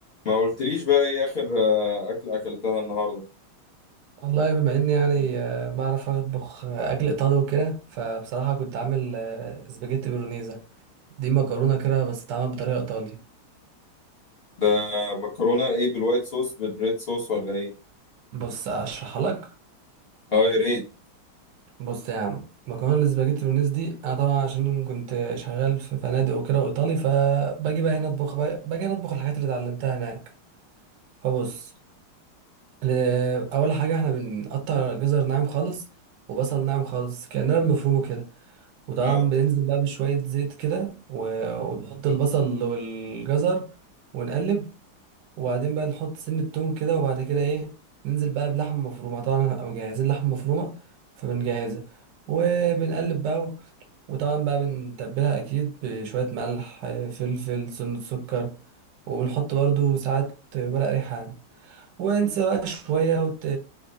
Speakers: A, on the left (about 45°); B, on the right (about 65°).
A: ما قلتليش بقى ايه اخر آه، اكلة اكلتها النهاردة
B: والله بما اني يعني آه، بعرف اطبخ آه، اكل ايطالي وكده فبصراحه كنت عامل آه، سباجيتي بولونيزا دي مكرونه كده بس اتعملت بطريقه ايطالي
A: ده مكرونة ايه بالوايت صوص بالريد صوص ولا ايه
B: بص اشرحها لك
A: اه يا ريت
B: بص يا عم مكرونه السباجيتي بولونيزا دي انا طبعا عشان كنت شغال في فنادق وكده وايطالي فباجي بقى هنا اطبخ بقى- باجي هنا اطبخ الحاجات اللي اتعلمتها هناك فبص ل- اول حاجه احنا بنقطع جزر ناعم خالص وبصل ناعم خالص كاننا بنفرمه كده وطبعا
A: اه
B: بننزل بقى بشوية زيت كده و- ونحط البصل والجزر ونقلب وبعدين بقى نحط سن التوم كده وبعد كده ايه ننزل بقى بلحمة مفرومة طبعا هنبقى مجهزين لحمة مفرومة فبنجهزها وبنقلب بقى و- وطبعا بقى بنتبلها أكيد بشوية ملح آه، فلفل سنة سكر وبنحط برضو ساعات ورق ريحان وانسى بقى شوية وت...